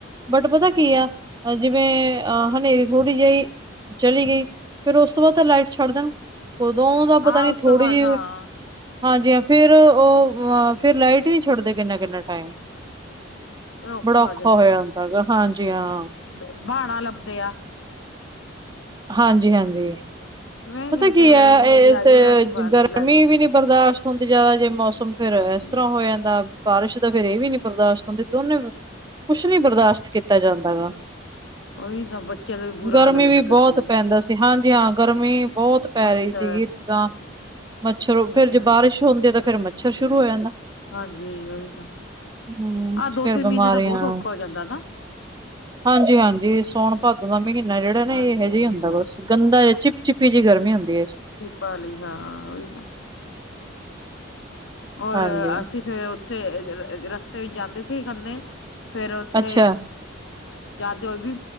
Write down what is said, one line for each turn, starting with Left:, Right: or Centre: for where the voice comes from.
Right: ਬਟ ਪਤਾ
Left: ਹਾਂ
Right: ਕੀ ਆ। ਜਿਵੇਂ ਅ ਹਨੇਰੀ ਥੋੜ੍ਹੀ ਜਿਹੀ ਚਲੀ ਗਈ, ਫੇਰ ਉਸ ਤੋਂ ਬਾਅਦ ਤਾਂ ਲਾਈਟ ਛੱਡ ਦੇਣ, ਉਦੋਂ ਦਾ
Left: ਹਾਂ
Right: ਪਤਾ ਨੀ
Left: ਉਸ
Right: ਥੋੜੀ
Left: ਤੋਂ ਬਾਅਦ
Right: ਜੀ,
Left: ਹਾਂ
Right: ਹਾਂਜੀ ਹਾਂ ਫੇਰ ਓਹ ਆ ਫੇਰ ਲਾਈਟ ਨੀ ਛੱਡਦੇ ਕਿੰਨਾ-ਕਿੰਨਾ ਟਾਈਮ।
Left: ਫਿਰ
Right: ਬੜਾ ਔਖਾ
Left: ਹੋ
Right: ਹੋਇਆ ਹੁੰਦਾ ਹੈਗਾ, ਹਾਂਜੀ ਹਾਂ।
Left: ਬਾੜਾ ਲੱਭਦੇ ਆ।
Right: ਹਾਂਜੀ-ਹਾਂਜੀ।
Left: ਜਿਵੇਂ
Right: ਪਤਾ ਕੀ
Left: ਕਿ
Right: ਐ,
Left: ਹਨੇਰੀ
Right: ਇਹ
Left: ਆ
Right: ਤੇ
Left: ਜਾਵੇ ਅਸੀਂ ਬਾਹਰ
Right: ਗਰਮੀ
Left: ਲਾਈਟ ਬੰਦ
Right: ਵੀ
Left: ਕਰਦੀ
Right: ਨੀ ਬਰਦਾਸ਼ਤ ਹੁੰਦੀ ਜ਼ਿਆਦਾ ਜੇ ਮੌਸਮ ਫੇਰ
Left: ਹਾਂਜੀ-ਹਾਂਜੀ
Right: ਇਸ ਤਰ੍ਹਾਂ ਹੋ ਜਾਂਦਾ ਬਾਰਿਸ਼ ਦਾ, ਫਿਰ ਇਹ ਵੀ ਨੀ ਬਰਦਾਸ਼ਤ ਹੁੰਦੇ, ਦੋਨੇ ਕੁਛ ਨੀ ਬਰਦਾਸ਼ਤ ਕੀਤਾ ਜਾਂਦਾ ਗਾ।
Left: ਉਹੀ ਤਾਂ ਬੱਚਿਆਂ ਦਾ ਵੀ ਬੁਰਾ
Right: ਗਰਮੀ
Left: ਹਾਲ ਹੋ ਜਾਂਦਾ
Right: ਵੀ ਬਹੁਤ
Left: ਗਰਮੀ ਵਿੱਚ
Right: ਪੈਂਦਾ ਸੀ, ਹਾਂਜੀ ਹਾਂ, ਗਰਮੀ ਬਹੁ ਬਹੁਤ ਪੈ
Left: ਮੱਛਰ
Right: ਰਹੀ ਸੀਗੀ, ਇੱਥੇ ਤਾਂ ਮੱਛਰ
Left: ਉਹੀ
Right: ਫੇਰ ਜੇ
Left: ਤਾਂ
Right: ਬਾਰ ਬਾਰਿਸ਼ ਹੁੰਦੀ ਐ, ਤਾਂ ਫੇਰ ਮੱਛਰ ਸ਼ੁਰੂ ਹੋ ਜਾਂਦਾ।
Left: ਹਾਂਜੀ ਉਹੀ ਨਾ,
Right: ਹੂੰ
Left: ਆਹ ਦੋ
Right: ਫੇਰ
Left: ਤਿੰਨ
Right: ਬਿਮਾਰੀਆਂ
Left: ਮਹੀਨੇ ਤਾਂ ਬਹੁਤ ਔਖਾ ਹੋ ਜਾਂਦਾ ਨਾ।
Right: ਹਾਂਜੀ-ਹਾਂਜੀ, ਸੌਣ ਭਾਦੋਂ ਦਾ ਮਹੀਨਾ ਜਿਹੜਾ ਨਾ
Left: ਹਾਂਜੀ
Right: ਇਹ ਇਹੋ
Left: ਬਹੁਤ
Right: ਜਾ ਹੁੰਦਾ ਬਸ। ਗੰਦਾ ਜਾ, ਚਿੱਪ ਚਿਪੀ ਜੀ ਗਰਮੀ ਹੁੰਦੀ ਐ।
Left: ਬਾਹਲੀ ਹਾਂ, ਉਹੀ ਨਾ। ਔਰ
Right: ਹਾਂਜੀ,
Left: ਅਸੀਂ ਫੇਰ ਉੱਥੇ ਰਸਤੇ ਵਿੱਚ ਜਾਂਦੇ ਸੀ ਖੰਨੇ। ਫੇਰ ਉੱਥੇ
Right: ਅੱਛਾ
Left: ਜਾਂਦੇ ਹੋਏ ਵੀ